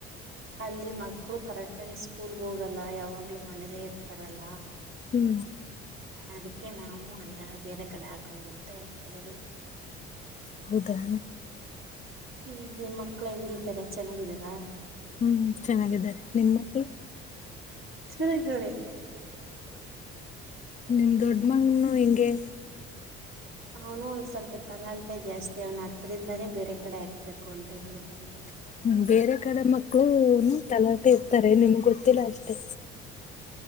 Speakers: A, on the right; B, on the left.
A: ಅಲ್ಲಿ ಮಕ್ಕಳು ಕರೆಕ್ಟ್ ಆಗ ಸ್ಕೂಲ್ ಗೆ ಹೋಗಲ್ಲ ಯಾವಾಗ್ಲೂ ಮನೇಲೆೇ ಇರ್ತಾರಲ್ಲ
B: ಹ್ಮ್
A: ಅದಕ್ಕೆ ನಾವು ಅಲ್ಲೆ ಬೇರೆ ಕಡೆ ಹಾಕವಾ ಅಂತ ಹೇಳ್ಕೊಂಡಿದೀವಿ.
B: ಹೌದಾ
A: ಹು ನಿಮ್ಮ ಮಕ್ಳ ಹೆಂಗಿದ್ದಾರೆ ಚೆನ್ನಾಗಿದಾರಾ.
B: ಹು ಚೆನ್ನಾಗಿದ್ದಾರೆ ನಿಮ್ಮ ಮಕ್ಳು
A: ಚೆನ್ನಾಗವ್ರೆ
B: ಹು ನಿಮ್ಮ ದೊಡ್ಡ ಮಗನು ಹೆಂಗೆ.
A: ಚಿ ಅವನು ಒಂದ ಸ್ವಲ್ಪ ತಲೆಹಲ್ಟೆ ಜಾಸ್ತಿ ಅವನು ಅತ್ರರಿಂದಾನೇ ಬೇರೆ ಕಡೆ ಹಾಕ್ಬೇಕು ಅಂತೈತಿ. ಕಂಡಹಿಡಿ ನೋಡ.
B: ಹು ಬೇರೆ ಕಡೆ ಮಕ್ಳು ತಲಹರ್ಟೆ ಇರ್ತಾರೆ ನಿಮಗ ಗೊತ್ತಿಲ್ಲಾ ಅಷ್ಟೆ.